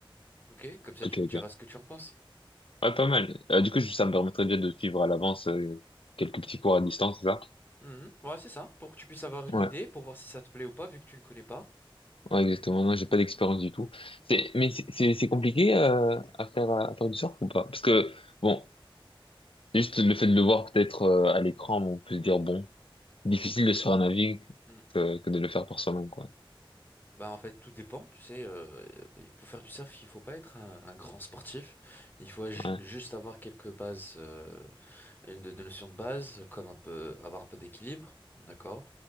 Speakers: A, on the left; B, on the left.
A: Ok, comme ça
B: Ok,
A: tu me diras
B: ok.
A: ce que tu en penses.
B: Ouais, pas mal. Euh, du coup, ça me permettrait déjà de suivre à l'avance euh, quelques petits cours à distance, c'est ça?
A: Mhm. Ouais, c'est ça, pour que tu puisses avoir une
B: Ouais.
A: idée, pour voir si ça te plaît ou pas, vu que tu ne connais pas.
B: Ouais, exactement. Non, j'ai pas d'expérience du tout. C'est, mais c'est c'est- c'est compliqué euh, à faire à faire du surf ou pas? Parce que bon, juste le fait de le voir peut-être euh, à l'écran, on peut se dire bon, difficile de se faire un avis
A: Mhm.
B: que, que de le faire par soi-même, quoi.
A: Bah en fait, tout dépend, tu sais, euh, pour faire du surf, il faut pas être un, un grand sportif, il faut ju-
B: Ouais,
A: juste avoir quelques bases, euh, une de, de notions de base, comme un peu, avoir un peu d'équilibre, d'accord?